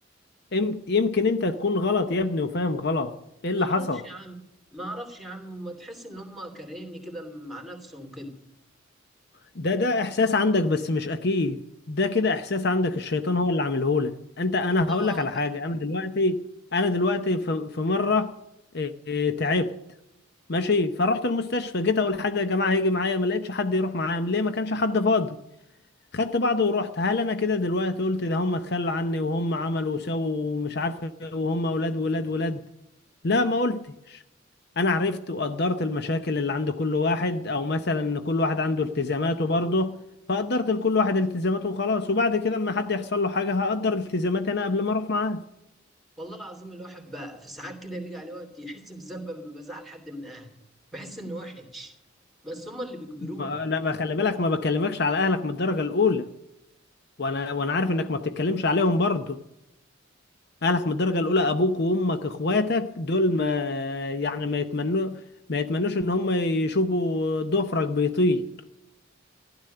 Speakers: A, on the left; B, in the centre.
A: إم... يمكن انت تكون غلط يا ابني وفاهم غلط ايه اللي
B: ما اعرفش
A: حصل
B: يا عم ما اعرفش يا عم ما تحس ان هم كارهيني كده مع نفسهم كده
A: ده ده احساس عندك بس مش اكيد ده كده احساس عندك الشيطان هو اللي عامله لك انت انا
B: الله
A: هقول لك
B: اعلم
A: على حاجه انا دلوقتي انا دلوقتي في, في مره إيه إيه، تعبت ماشي فرحت المستشفى جيت اقول حد يا جماعه هيجي معايا ما لقيتش حد يروح معايا ليه ما كانش حد فاضي خدت بعضه ورحت هل انا كده دلوقتي قلت ده هم اتخلوا عني وهم عملوا وسووا ومش عارف إيه وهم ولاد ولاد ولاد لا ما قلتش انا عرفت وقدرت المشاكل اللي عند كل واحد او مثلا ان كل واحد عنده التزاماته برضه فقدرت لكل واحد التزاماته وخلاص وبعد كده اما حد يحصل له حاجه هقدر التزاماتي انا قبل ما اروح معاه
B: والله العظيم الواحد بقى في ساعات كده بيجي عليه وقت يحس بالذنب لما بزعل حد من اهله بحس انه وحش بس هما اللي بيجبروني
A: ما- لا ما خلي بالك ما بكلمكش على اهلك من الدرجه الاولى وانا وانا عارف انك ما بتتكلمش عليهم برضه أهلك من الدرجة الأولى أبوك وأمك إخواتك دول ما يعني ما يتمنوا ما يتمنوش إن هم يشوفوا ضفرك بيطير